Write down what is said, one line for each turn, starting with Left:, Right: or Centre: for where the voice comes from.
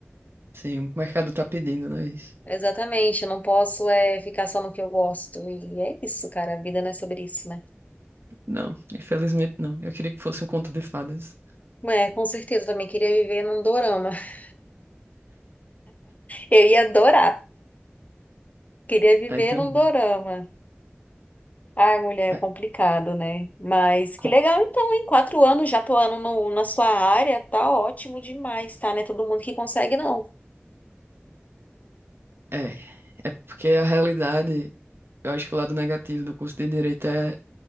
Right: sim, o mercado tá pedindo, né? Isso.
Left: Exatamente, eu não posso é, ficar só no que eu gosto. E é isso, cara, a vida não é sobre isso, né?
Right: Não, infelizmente não. Eu queria que fosse um conto de fadas.
Left: É, com certeza, eu também queria viver num dorama. <laughs> Eu ia adorar, queria viver
Right: Aí também.
Left: num dorama. Ai, mulher,
Right: É,
Left: é complicado, né? Mas
Right: co-
Left: que legal, então, em quatro anos já atuando no, na sua área, tá ótimo demais, tá? Não é todo mundo que consegue, não.
Right: é, é porque a realidade, eu acho que o lado negativo do curso de direito é